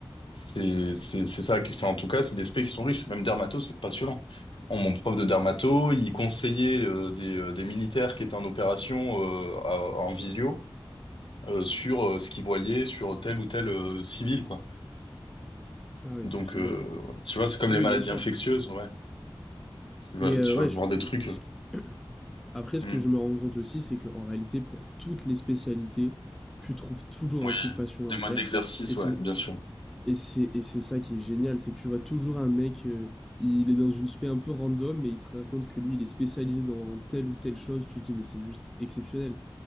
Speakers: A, on the left; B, in the centre.
A: c'est, c'est, c'est ça. qui- Enfin, en tout cas, c'est des specs qui sont riches. Même dermato, c'est passionnant. Bon, mon prof de dermato, il conseillait euh, des, euh, des militaires qui étaient en opération euh, à- en visio euh, sur euh, ce qu'ils voyaient sur tel ou tel euh, civil, quoi.
B: ah oui,
A: Donc,
B: c'est génial.
A: euh, tu vois, c'est comme
B: Oui,
A: les maladies
B: bien sûr.
A: infectieuses, ouais. Tu vas,
B: Mais euh,
A: tu
B: ouais,
A: vas voir
B: je-
A: des
B: euh,
A: trucs.
B: ce que- après, ce
A: Mm.
B: que je me rends compte aussi, c'est qu'en réalité, pour toutes les spécialités, tu trouves toujours
A: Oui,
B: un truc passionnant
A: des modes
B: à faire.
A: d'exercice,
B: Et c'est
A: ouais, bien sûr.
B: Et c'est et c'est ça qui est génial, c'est que tu vois toujours un mec, euh, il est dans une spé un peu random, mais il te raconte que lui, il est spécialisé dans telle ou telle chose. Tu te dis, mais c'est juste exceptionnel.